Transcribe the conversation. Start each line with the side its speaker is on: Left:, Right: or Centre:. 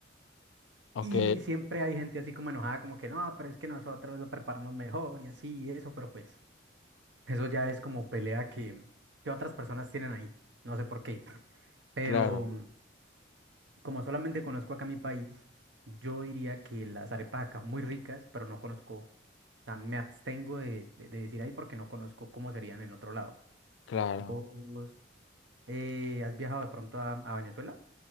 Left: Ok,
Right: Y siempre hay gente así como enojada, como que no, pero es que nosotros lo preparamos mejor y así y eso, pero pues Eso ya es como pelea que, que otras personas tienen ahí. No sé por qué. Pero
Left: claro,
Right: mm, como solamente conozco acá mi país, yo diría que las arepas acá son muy ricas, pero no conozco, o sea, me abstengo de, de- de decir ahí porque no conozco cómo serían en otro lado.
Left: claro.
Right: ¿Vos eh, has viajado de pronto a, a Venezuela?